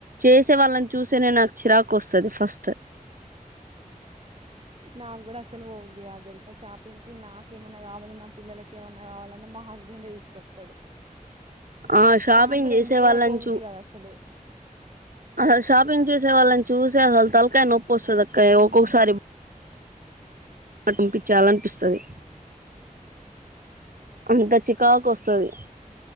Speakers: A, on the right; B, on the right.
A: చేసే వాళ్ళని చూసే నేను నాకు చిరాకు వస్తుంది ఫస్ట్
B: నాకు కూడా అసలు పోది ఆ తెలుసా షాపింగ్ కి నాకేమన్నా కావాలో నా పిల్లలకి ఏమన్నా కావాలన్నా మా హస్బెండ్ ఏ తీసుకొస్తాడు
A: ఆ షాపింగ్
B: మాకుడ
A: చేసే
B: ఎందుకో
A: వాళ్ళని
B: పోవద్ది
A: చూ
B: కాదు అసలు
A: అసలు షాపింగ్ చేసే వాళ్ళని చూసి అసలు తలకాయ నొప్పి వస్తుంది అక్క ఒక్కొక్కసారి పించాలనిపిస్తుంది అంత చికాకు వస్తది